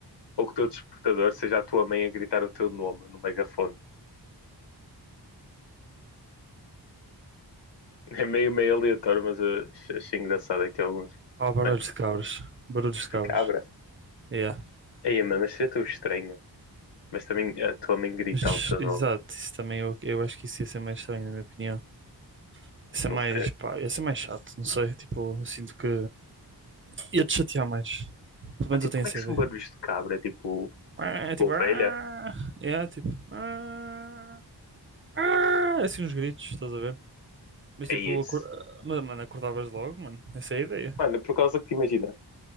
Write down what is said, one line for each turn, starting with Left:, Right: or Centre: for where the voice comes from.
Left: ou que o teu despertador seja a tua mãe a gritar o teu nome no megafone. <laughs> É meio, meio aleatório, mas eu achei engraçado aqui alguns.
Right: Ah, barulhos
Left: Mano,
Right: de cabras. Barulhos de cabras.
Left: de cabra.
Right: Yeah.
Left: Ei, mano, mas seria tão estranho. Mas também a tua mãe gritar
Right: Mas,
Left: o teu
Right: exato,
Left: nome.
Right: isso também eu, eu acho que isso ia ser mais estranho, na minha opinião. Isso
Left: Não
Right: é mais,
Left: sei.
Right: pá, ia ser mais chato, não sei, tipo, eu sinto que. Ia-te chatear mais. Pelo
Left: Ah,
Right: menos
Left: tipo,
Right: eu tenho
Left: como
Right: essa
Left: é que são
Right: ideia.
Left: barulhos de cabra? É tipo,
Right: Ah,
Left: tipo
Right: É tipo.
Left: ovelha?
Right: ah, É tipo. ah, ah, É assim uns gritos, estás a ver? Mas
Left: É
Right: tipo,
Left: isso.
Right: acor... mas, mano, acordavas logo, mano. Essa é a ideia.
Left: Mano, por causa que imagina,